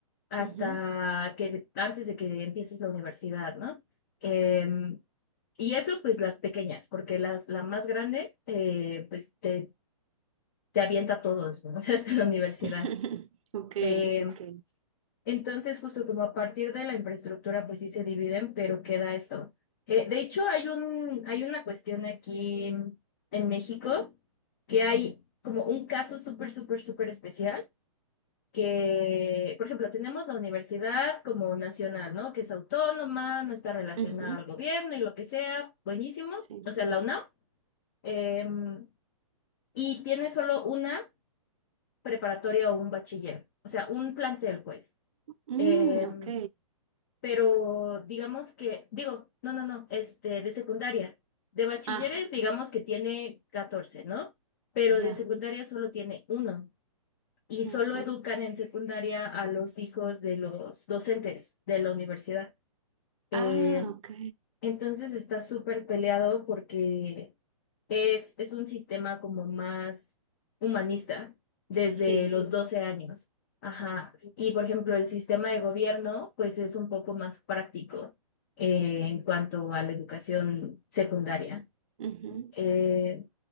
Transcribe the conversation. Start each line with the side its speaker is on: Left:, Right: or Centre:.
Left: hasta
Right: Ujú.
Left: que de- antes de que empieces la universidad, ¿no? Em, y eso, pues las pequeñas, porque las, la más grande, eh, pues te, te avienta a todos, ¿no? <laughs> O sea, hasta la universidad.
Right: <laughs> Ok,
Left: Em,
Right: ok.
Left: entonces, justo como a partir de la infraestructura, pues sí se dividen, pero queda esto. Eh, de hecho, hay un, hay una cuestión aquí en México que hay como un caso súper, súper, súper especial que, por ejemplo, tenemos la universidad como nacional, ¿no? Que es autónoma, no está relacionada
Right: Ujú,
Left: al gobierno y lo que sea, buenísimo,
Right: sí.
Left: o sea, la UNAM, em, y tiene solo una preparatoria o un bachiller, o sea, un plantel, pues.
Right: Mm,
Left: Em,
Right: ok.
Left: pero digamos que, digo, no, no, no, este, de secundaria. De bachilleres,
Right: Ah,
Left: digamos que tiene catorce ¿no? Pero
Right: ya.
Left: de secundaria solo tiene uno. Y
Right: Ok.
Left: solo educan en secundaria a los hijos de los docentes de la universidad. Eh,
Right: Ah, ok.
Left: entonces está súper peleado porque es, es un sistema como más humanista desde
Right: Sí.
Left: los 12 años. Ajá. Y por ejemplo, el sistema de gobierno, pues es un poco más práctico eh,
Right: Ujú,
Left: en cuanto a la educación secundaria.
Right: ujú.
Left: Eh,